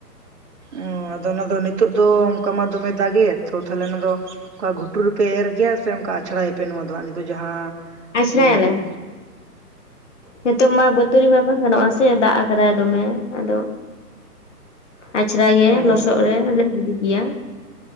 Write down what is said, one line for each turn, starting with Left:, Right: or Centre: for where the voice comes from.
Right: ᱩᱸ ᱟᱫᱚ ᱚᱱᱟ ᱫᱚ ᱱᱤᱛᱳᱜ ᱫᱚ ᱚᱱᱠᱟ ᱢᱟ ᱫᱚᱢᱮ ᱫᱟᱜᱮᱫ᱾ ᱛᱚ ᱛᱟᱦᱞᱮ ᱚᱱᱟ ᱫᱚ ᱚᱱᱠᱟ ᱜᱷᱩᱴᱩ ᱨᱮᱯᱮ ᱮᱨ ᱜᱮᱭᱟ ᱥᱮ ᱚᱱᱠᱟ ᱟᱷᱲᱟᱭᱮᱯᱮ ᱱᱚᱣᱟ ᱫᱚ ᱦᱟᱸᱜ ᱱᱤᱛᱚᱜ ᱡᱟᱦᱟᱸ
Left: ᱟᱪᱷᱲᱟᱭᱟᱞᱮ
Right: ᱩᱸᱦᱩᱜ᱾
Left: ᱱᱤᱛᱚᱜ ᱢᱟ ᱵᱟᱹᱛᱟᱹᱲᱤ ᱢᱟ ᱵᱟᱝ ᱜᱟᱱᱚᱜ-ᱟ ᱥᱮ ᱫᱟᱜ ᱠᱟᱫᱟᱭ ᱫᱚᱢᱮ ᱟᱫᱚ ᱟᱪᱲᱟᱭ ᱜᱮ
Right: ᱚ
Left: ᱞᱚᱥᱚᱫᱨᱮ ᱞᱮ ᱜᱤᱰᱤ ᱜᱮᱭᱟ᱾